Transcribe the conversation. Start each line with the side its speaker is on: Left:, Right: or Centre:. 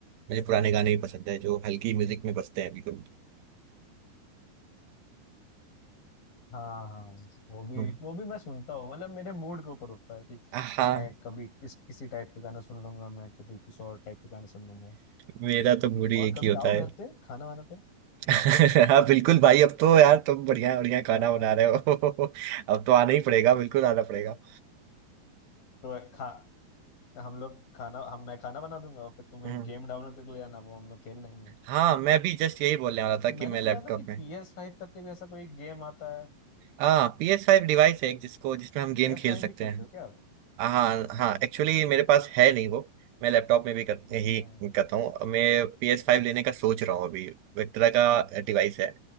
Right: मुझे पुराने गाने ही पसंद है जो हल्की म्यूजिक में बजते हैं बिल्कुल
Left: हाँ हाँ वो भी
Right: हम्म।
Left: वो भी मैं सुनता हूँ मतलब मेरे मूड के ऊपर होता है कि
Right: हाँ
Left: मैं कभी इस किसी टाइप के गाना सुन लूंगा मैं कभी किसी और टाइप के गाने सुन लूंगा
Right: मेरा तो मूड ही
Left: और
Right: एक
Left: कभी
Right: ही होता
Left: आओ घर
Right: है
Left: पे खाना वाना पे
Right: <laughs> हाँ बिल्कुल भाई अब तो यार तुम बढ़िया बढ़िया खाना
Left: हाँ,
Right: बना रहे हो <laughs> अब तो आना ही पड़ेगा बिल्कुल आना पड़ेगा
Left: तो खा हम लोग खाना हम मैं खाना बना दूंगा और फिर तुम एक
Right: हम्म।
Left: गेम डाउनलोड करके ले आना वो हम लोग खेल लेंगे
Right: हाँ मैं भी जस्ट यही बोलने वाला था कि
Left: मैंने
Right: मैं
Left: सुना
Right: लैपटॉप
Left: था कि
Right: में
Left: पी एस फाइव करके भी ऐसा कोई गेम आता है
Right: हाँ PS5 डिवाइस है एक जिसको जिसमें हम
Left: पी
Right: गेम
Left: एस
Right: खेल
Left: फाइव
Right: सकते
Left: भी खेलते
Right: हैं
Left: हो क्या आप
Right: हाँ हाँ एक्चुअली मेरे पास है नहीं वो मैं लैपटॉप में भी कर,
Left: अच्छा
Right: ही करता हूँ मैं पी एस फाइव लेने का सोच रहा हूँ अभी विक्ट्रा का डिवाइस है